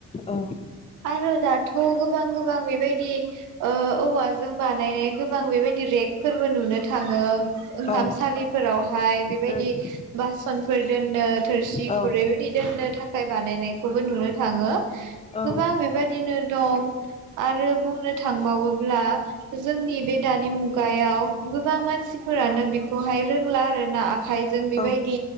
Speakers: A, on the left; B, on the right.
A: औ
B: आरो दा थ गोबां गोबां बेबायदि ओ औवाजों बानायनाय गोबां बेबायदि रेगफोरबो नुनो थाङो ओंखामसालिफोरावहाय
A: औ
B: बेबायदि
A: उम
B: बासन फोरदोन्नो थोरसि
A: औ
B: खुरैबायदि दोननो थाखाय बानायनाय बेखौबो नुनो थाङो
A: औ
B: गोबां बेबादिनो दं आरो बुंनो थांबावोब्ला जोंनि बे दानि मुगायाव गोबां मानसि फोरानो बेखौहाय रोंला आरो ना आखाइजों बेबायदि
A: औ